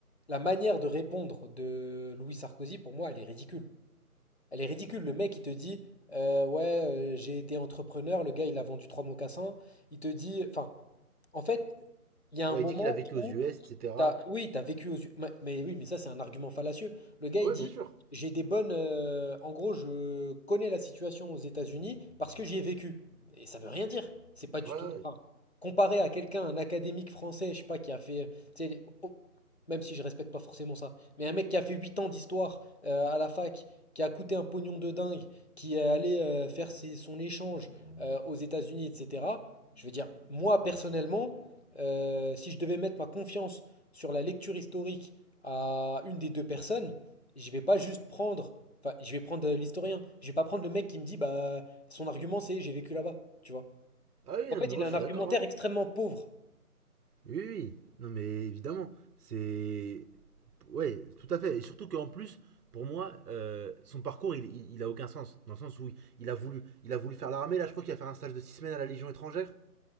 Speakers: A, on the left (about 45°); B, on the right (about 75°).
A: la manière de répondre de Louis Sarkozy, pour moi, elle est ridicule. Elle est ridicule. Le mec, il te dit, euh, ouais, euh, j'ai été entrepreneur, le gars, il a vendu trois mocassins. Il te dit, enfin, en fait, il y a un
B: Ouais,
A: moment
B: il dit qu'il a vécu
A: où
B: aux US, etc.
A: T'as- oui, t'as vécu aux yeux. Mais, mais oui, mais ça, c'est un argument fallacieux. Le gars,
B: Ouais,
A: il dit,
B: bien sûr.
A: j'ai des bonnes. euh, en gros, je connais la situation aux États-Unis parce que j'y ai vécu. Et ça veut rien dire. C'est pas du
B: Ouais,
A: tout.
B: ouais. ouais.
A: enfin, comparé à quelqu'un, un académique français, je sais pas, qui a fait. tu sais, oh, même si je respecte pas forcément ça, mais un mec qui a fait 8 ans d'histoire euh, à la fac, qui a coûté un pognon de dingue, qui est allé euh, faire ses- son échange euh, aux États-Unis, etc. Je veux dire, moi, personnellement. Euh, si je devais mettre ma confiance sur la lecture historique à une des deux personnes, je vais pas juste prendre, enfin, je vais prendre euh, l'historien, je vais pas prendre le mec qui me dit, bah, son argument c'est j'ai vécu là-bas, tu vois.
B: Ah oui,
A: En
B: non,
A: fait,
B: mais
A: il
B: moi,
A: a
B: je
A: un
B: suis
A: argumentaire
B: d'accord, hein.
A: extrêmement pauvre.
B: Oui, oui, oui. non mais évidemment, c'est... Ouais, tout à fait. Et surtout qu'en plus, pour moi, euh, son parcours, il, il, il a aucun sens. Dans le sens où il, il a voulu, il a voulu faire l'armée, là je crois qu'il va faire un stage de 6 semaines à la Légion étrangère,